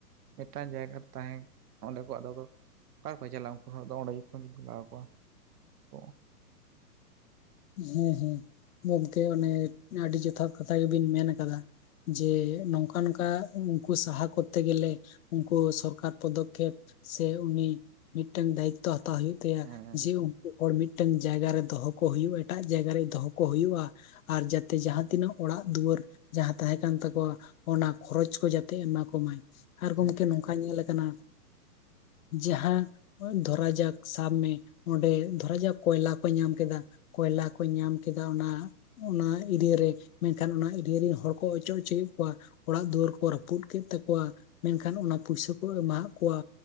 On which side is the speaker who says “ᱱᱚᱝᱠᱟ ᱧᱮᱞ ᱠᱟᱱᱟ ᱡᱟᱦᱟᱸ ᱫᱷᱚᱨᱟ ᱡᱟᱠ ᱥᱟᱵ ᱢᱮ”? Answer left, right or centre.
Left